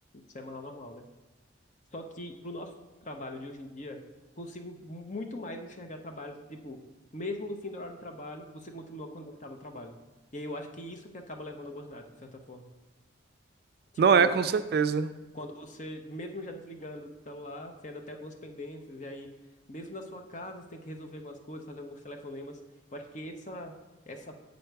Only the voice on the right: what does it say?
Não é, com certeza.